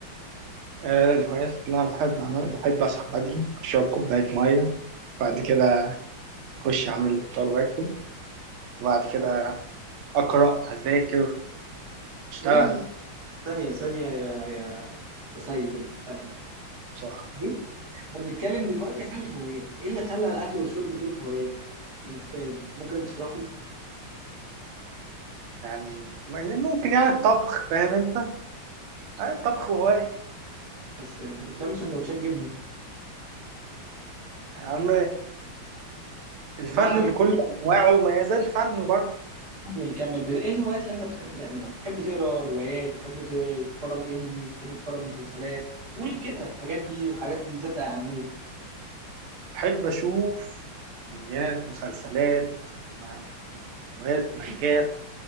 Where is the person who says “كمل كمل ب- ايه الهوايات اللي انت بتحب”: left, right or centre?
Right